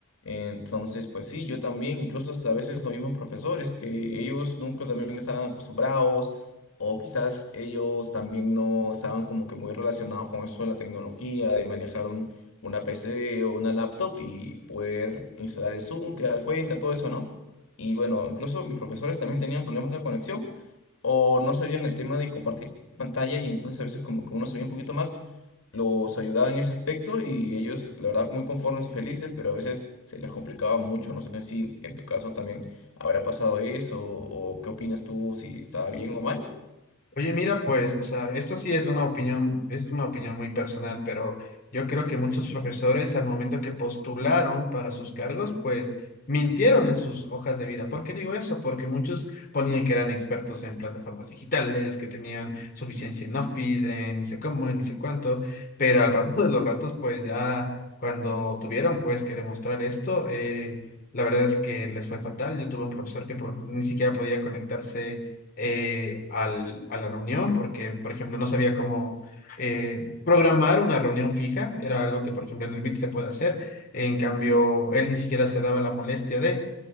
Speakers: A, on the left; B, on the left.
A: Entonces, pues sí, yo también, incluso hasta a veces los mismos profesores, que ellos nunca también estaban acostumbrados. O quizás ellos también no estaban como que muy relacionados con eso de la tecnología, de manejar una PC o una laptop y poder instalar el Zoom, crear cuenta, todo eso, ¿no? Y bueno, incluso mis profesores también tenían problemas de conexión o no sabían el tema de compartir pantalla y entonces a veces como que uno sabía un poquito más, los ayudaba en ese aspecto y ellos, la verdad, muy conformes y felices, pero a veces se les complicaba mucho. No sé si en tu caso también habrá pasado eso o qué opinas tú, si estaba bien o mal.
B: Oye, mira, pues, o sea, esto sí es una opinión, es una opinión muy personal, pero yo creo que muchos profesores al momento que postularon para sus cargos, pues mintieron en sus hojas de vida. ¿Por qué digo eso? Porque muchos ponían que eran expertos en plataformas digitales, que tenían suficiencia en Office, en ni sé cómo, en ni sé cuánto, pero al rato de los ratos, pues ya cuando tuvieron pues que demostrar esto, eh, la verdad es que les fue fatal. Yo tuve un profesor que por- ni siquiera podía conectarse eh, al- a la reunión porque, por ejemplo, no sabía cómo eh, programar una reunión fija. Era algo que, por ejemplo, en el Meet se puede hacer. En cambio, él ni siquiera se daba la molestia de.